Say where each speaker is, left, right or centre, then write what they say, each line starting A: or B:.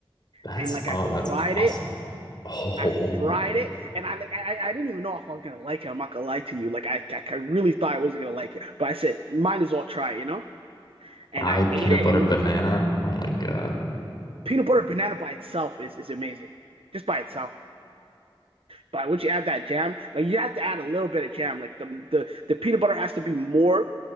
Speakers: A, on the left; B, on the right.
A: That's
B: and like
A: oh,
B: I fried
A: that's awesome.
B: it.
A: Oh,
B: I fried it, and I like I, I didn't even know if I was gonna like it. I'm not gonna lie to you. Like I, I I really thought I wasn't gonna like it, but I said might as well try, you know.
A: fried
B: And I ate
A: peanut
B: it,
A: butter
B: and it
A: banana.
B: was
A: Oh my God.
B: peanut butter banana by itself is is amazing, just by itself. But once you add that jam, like you have to add a little bit of jam. Like the the the peanut butter has to be more